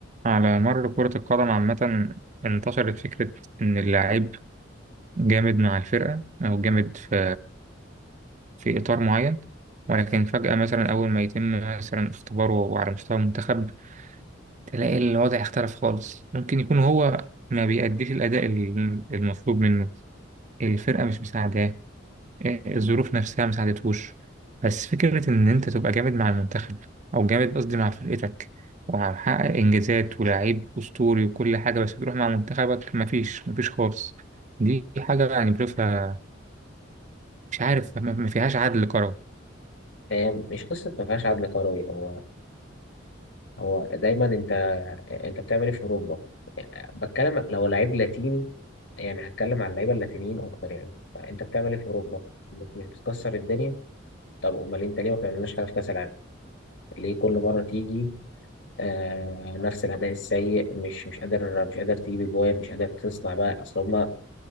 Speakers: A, on the right; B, on the left.
A: على مر كرة القدم عامة انتشرت فكرة إن اللاعب جامد مع الفرقة أو جامد في في إطار معين ولكن فجأة مثلا أول ما يتم مثلا اختباره على مستوى المنتخب تلاقي الوضع اختلف خالص ممكن يكون هو ما بيأديش الأداء ال- المطلوب منه الفرقة مش مساعداه إيه، الظروف نفسها ما ساعدتهوش بس فكرة إن أنت تبقى جامد مع المنتخب أو جامد قصدي مع فرقتك وهحقق إنجازات ولاعيب أسطوري وكل حاجة بس تروح مع منتخبك مفيش مفيش خالص دي حاجة يعني بشوفها مش عارف ما ما فيهاش عدل كروي
B: هي مش قصة ما فيهاش عدل كروي هو هو دايما انت انت بتعمل ايه في اوروبا بتكلم لو لعيب لاتيني يعني هتكلم على اللعيبه اللاتينيين اكتر يعني انت بتعمل ايه في اوروبا مش بتكسر الدنيا طب امال انت ليه ما بتعملناش حاجه في كاس العالم ليه كل مره تيجي آه نفس الاداء السيء مش مش قادر مش قادر تجيب اجوان مش قادر تصنع بقى اصل هما